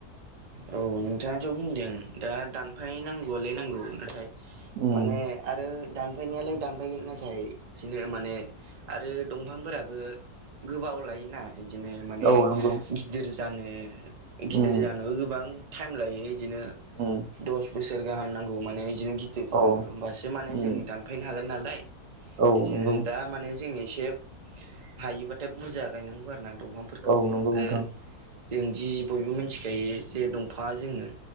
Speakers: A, on the right; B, on the right.
A: औ नोंथाङाथ' बुंदों दा दानफाय नांगौआलाय नांगौ नाथाय।
B: उम
A: माने आरो दान दामफायनायालाय दानफायगोन नाथाय बिदिनो माने आरो दंफांफोराबो। गोबाव लायोना बिदिनो माने
B: औ नंगौ
A: गिदिर जानो गिदिर
B: उम
A: जानोबो गोबां टाइम लायो बिदिनो
B: उम
A: दस बोसोर गाहाम नांगौ माने बिदिनो गिदिर जानो
B: औ
A: होमबासो माने
B: उम
A: जों दान फायनो हागोन नालाय
B: औ
A: बिदिनो
B: नंगौ
A: दा माने जोङो एसे हायोबाथाय बुरजा गायनांगौ आरोना दंफांफोरखौ आरो
B: औ नंगौ नोंथां
A: जोंदि बयबो मिथिखायो जे दंफाङा जोंनो